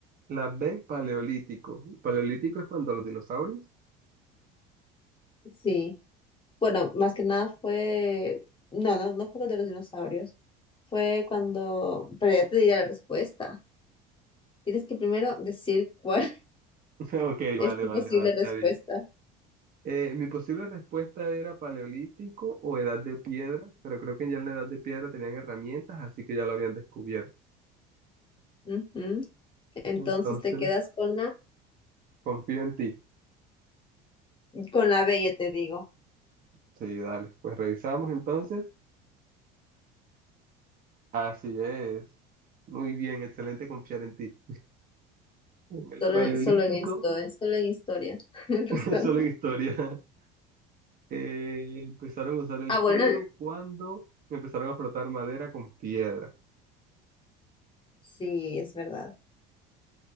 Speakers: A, on the right; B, on the left.
A: La B, paleolítico. ¿Paleolítico es cuando los dinosaurios?
B: Sí. Bueno, más que nada fue... No, no, no fue lo de los dinosaurios. Fue cuando... Pero ya te diré la respuesta. Tienes que primero decir cuál
A: <laughs> Ok,
B: <laughs> es
A: vale,
B: tu
A: vale,
B: posible
A: vale, está
B: respuesta.
A: bien. Eh, mi posible respuesta era paleolítico o edad de piedra, pero creo que ya en la edad de piedra tenían herramientas, así que ya lo habían descubierto.
B: Ujú. Entonces
A: Entonces,
B: te quedas con la,
A: confío en ti.
B: con la B, yo te digo.
A: Sí, dale. Pues revisamos entonces. Así es. Muy bien, excelente confiar en ti. En el
B: Solo,
A: Paleolítico,
B: en- solo en historia, solo en historia. <laughs> El resto
A: <laughs> solo
B: no.
A: en historia, eh, empezaron a usar el
B: Ah, bueno,
A: fuego cuando empezaron a frotar madera con piedra.
B: sí, es verdad.